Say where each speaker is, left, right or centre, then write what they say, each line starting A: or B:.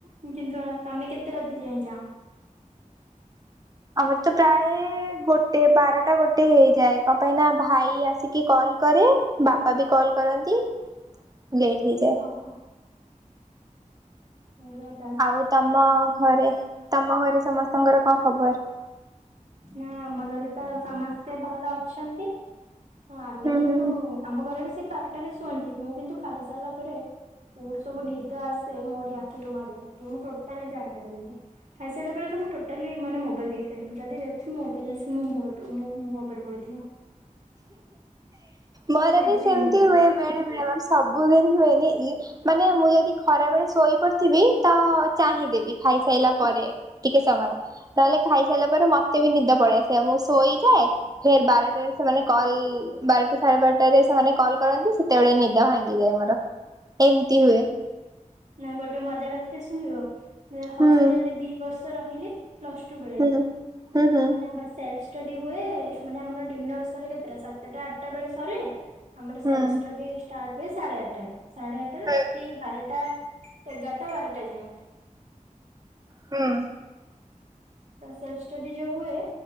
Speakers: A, on the right; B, on the right.
A: କିନ୍ତୁ ତମେ କେତେ ରାତି ଯାଏ ଚାଁଅ।
B: ଆମର ତ ପ୍ରାୟେ ଗୋଟେ ବାରଟା ଗୋ ଗୋଟେ ହେଇଯାଏ, କଣ ପାଇଁ ନା ଭାଇ ଆସିକି କଲ କରେ ବାପା ବି କଲ କରନ୍ତି। ଲେଟ ହେଇଯାଏ।
A: ଓହୋ <unintelligible>
B: ଆଉ ତମ ଘରେ ତମ ଘରେ ସମସ୍ତଙ୍କର କଁ ଖବର?
A: ନା ଆମ ଘରେ ତ ସମସ୍ତେ ଭଲ ଅଛନ୍ତି। ହଁ ଆମେ
B: ହୁଁ
A: କିନ୍ତୁ
B: ହୁଁ।
A: ଆମ ଘରେ ବି ସେଇ ବାରଟାରେ ଶୁଅନ୍ତି, ମୁଁ କିନ୍ତୁ ଖାଇ ସାରିଲା ପରେ କୋଉଠୁ ସବୁ ନିଦ ଆସେ ମୋରି ଆଖିକୁ ମାଡି ଆସିବ, ମୁଁ ଟୋଟାଲି ଚାହିଁ ପାରିବିନି। ଖାଇସାରିଲା ପରେ ତ ମୁଁ ଟୋଟାଲି ମାନେ ମୋବାଇଲ ଦେଖିପାରିବିନି, ଯଦି ଦେଖି ମୋବାଇଲ ଆସି ମୋ ମୁହଁ ଉପ ମୋ ମୁହଁ ଉପରେ ପଡି <unintelligible>
B: ମୋର
A: ଏତେ
B: ବି ସେମିତି
A: ନିଦ।
B: ହୁଏ। ବେଳେ ବେଳେ ମାନେ ସବୁଦିନ ହୁଏନି, ମାନେ ମୁଁ ଯଦି ଖରା ବେଳେ ଶୋଇ ପଡିଥିବି ତ ଚାହିଁଦେବି ଖାଇସାଇଲା ପରେ। ଟିକେ ସମୟ ନଲେ ଖାଇସାଇଲା ପରେ ମତେ ବି ନିଦ ପଳେଇ ଆସିବ ମୁଁ ଶୋଇଯାଏ ଫେର ବାରଟାରେ ସେମାନେ କଲ ବାରଟା ସାଢେ ବାରଟାରେ ସେମାନେ କଲ କରନ୍ତି ସେତେବେଳେ ନିଦ ଭାଙ୍ଗିଯାଏ ମୋର। ଏମତି ହୁଏ।
A: ନାଇ ଗୋଟେ ମଜା କଥାଟେ ଶୁଣିବ ମୁ ହଷ୍ଟେଲରେ
B: ହୁଁ
A: ଦି ବର୍ଷ ରହିଲି ପ୍ଲସଟୁ ବେଳେ,
B: ହୁଁ ହୁଁ ହୁଁ
A: ମାନେ ଆମର ସେଲଫ ଷ୍ଟଡି ହୁଏ ମାନେ ଆମର ଡିନର ସରେ କେତେଟା ସାତଟା ଆଠଟା ବେଳେ ସରେ, ଆମର
B: ହୁଁ।
A: ସେଲଫ ଷ୍ଟଡି ଷ୍ଟାର୍ଟ ହୁଏ ସାଢେ ଆଟଟାରୁ, ସାଢେ ଆଟଟାରୁ
B: ହୁଁ
A: ତି ବାରଟା ଏଗାରଟା ବାରଟା ଯାଏଁ।
B: ହୁଁ।
A: ତ ସେଲଫ ଷ୍ଟଡି ଯୋଉ ହୁଏ